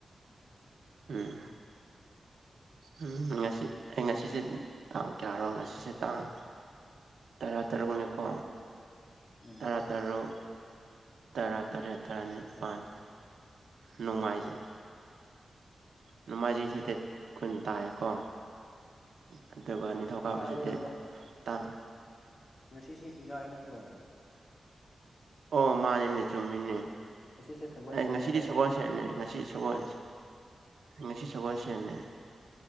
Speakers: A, on the right; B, on the left.
A: ꯎꯝ ꯎꯝ ꯉꯁꯤ ꯑꯩ ꯉꯁꯤꯁꯦ ꯇꯥꯡ ꯀꯌꯥꯔꯣ ꯉꯁꯤꯁꯦ ꯇꯥꯡ ꯇꯔꯥ ꯇꯔꯨꯛꯅꯤꯀꯣ
B: ꯎꯝ
A: ꯇꯔꯥꯇꯔ ꯇꯔꯨꯛ ꯇꯔꯥ ꯇꯔꯦꯠ ꯇꯔꯥꯅꯤꯄꯥꯜ ꯅꯣꯡꯃꯥꯏꯖꯤꯡ ꯅꯣꯡꯃꯥꯏꯖꯤꯡ ꯆꯇꯦꯠ ꯀꯨꯟ ꯇꯥꯏꯌꯦꯀꯣ ꯑꯗꯨꯒ ꯅꯤꯡꯅꯤꯊꯧ ꯀꯁ
B: ꯀꯥꯏꯗꯩꯅꯣꯗ
A: ꯗꯦꯠ ꯇꯥꯡ
B: ꯉꯁꯤꯁꯦ ꯏꯔꯥꯏ ꯅꯠꯇ꯭ꯔꯣꯅꯦ
A: ꯑꯣ ꯃꯥꯅꯦꯅꯦ ꯆꯨꯝꯃꯤꯅꯦ
B: ꯉꯁꯤꯁꯦ ꯁꯒꯣꯜꯁꯦꯟꯅꯦꯍꯦ
A: ꯑꯩ ꯉꯁꯤꯗꯤ ꯁꯒꯣꯜ ꯁꯦꯠꯅꯩ ꯉꯁꯤ ꯁꯒꯣꯜ ꯉꯁꯤ ꯁꯒꯣꯜ ꯁꯦꯠꯟꯅꯩ